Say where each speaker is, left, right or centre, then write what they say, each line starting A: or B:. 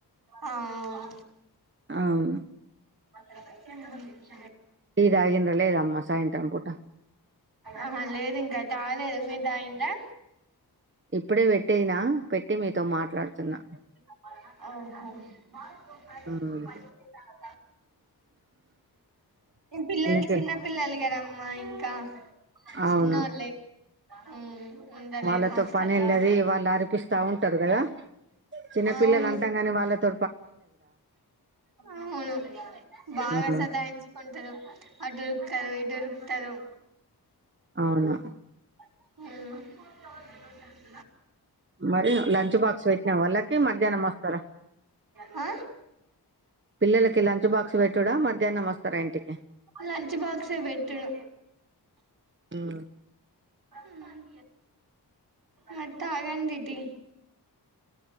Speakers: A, on the right (about 60°); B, on the right (about 30°).
A: ఆ అవును
B: అవు
A: <unintelligible>
B: టీ తాగిండ్రా లేదమ్మ సాయంత్రం పూట
A: ఆహా లేదు ఇంకా తాగలేదు మీరు తాగిండ్రా
B: ఇప్పుడే పెట్టేనా పెట్టి మీతో మాట్లాడుతున్నా
A: ఆహా
B: మ్మ్
A: ఇం పిల్లలు
B: ఇంకే
A: చిన్న పిల్లలు గదమ్మా ఇంకా చిన్నోళ్ళే
B: అవును
A: ఉమ్ ఉండలేదు
B: వాళ్ళతో
A: హాస్టల్లోనే
B: పనెల్లది వాళ్ళ ఆరిపిస్ స్తా ఉంటారు గదా చిన్నపిల్లలు
A: అవును
B: అంటాం కాని వాళ్ళతో
A: అవును బాగా
B: మ్మ్
A: సతాయించుకుంటరు అటు తరు ఇటురుకుతరు
B: అవునా
A: ఉమ్
B: మరి లంచ్ బాక్స్ పెట్నవ వాళ్ళకి మధ్యాహ్నం వస్తారా
A: ఆ
B: పిల్లలకి లంచ్ బాక్స్ పెట్టుడా మధ్యాహ్నం వస్తారా ఇంటికి
A: లంచ్ బాక్సే పెట్టుడు
B: మ్మ్
A: ఉమ్ మరి తాగండి టి